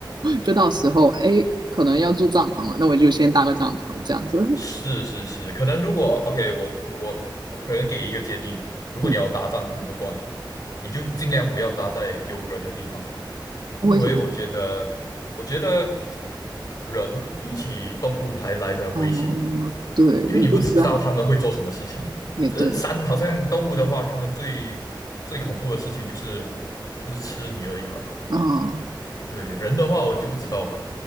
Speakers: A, on the right; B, on the left.
A: 就到时候哎，可能要住帐篷了，那我就先搭个帐篷这样子。
B: 是是是，可能如果 OK，我我我我可能给一个建议，如果你要搭帐篷的话，
A: 嗯，
B: 你就尽量不要搭在有人的地方，
A: <laughs> 为什么？
B: 因为我觉得我觉得人比起动物还来得危险。
A: 哦，对，
B: 因为你不知道他们会做什么事情。
A: 你是这样，也对，
B: 呃，山好像动物的话，他们最最恐怖的事情就是就是吃你而已吧。
A: 嗯，
B: 对，人的话我就不知道，